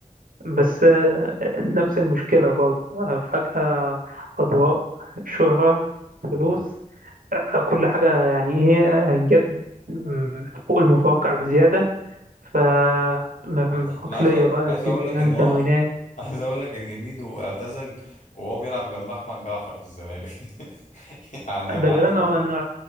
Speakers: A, on the right (about 85°); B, on the left (about 60°).
A: بس آه، نفس المشكلة برضه آه، فجأة أضواء شهرة
B: مم.
A: فلوس كل حاجة يعني هي جت م- فوق المتوقع بزيادة ف م-
B: انا
A: عقلية
B: أنا عايز أ-
A: بقى
B: عايز
A: التزام
B: اقول لك ان
A: تمرينات
B: هو <laughs> عايز اقول لك ان ميدو اعتزل وهو بيلعب جنب احمد جعفر في الزمالك <laughs> يعني يا معلم
A: ده غير انه إنه